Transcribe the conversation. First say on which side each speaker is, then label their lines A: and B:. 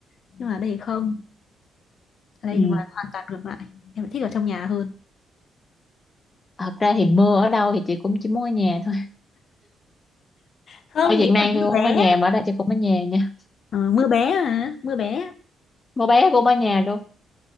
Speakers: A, on the left; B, on the left.
A: Nhưng mà ở đây thì không. ở đây
B: ừ
A: ngoài hoàn toàn ngược lại em lại thích ở trong nhà hơn
B: thật ra thì mưa ở đâu thì chị cũng chỉ muốn ở nhà thôi
A: không
B: ở Việt
A: ý
B: Nam
A: là mưa
B: thì
A: bé
B: cũng ở nhà mà ở đây chị cũng ở nhà nha
A: Ờ, mưa bé à mưa bé
B: mưa bé cũng ở nhà luôn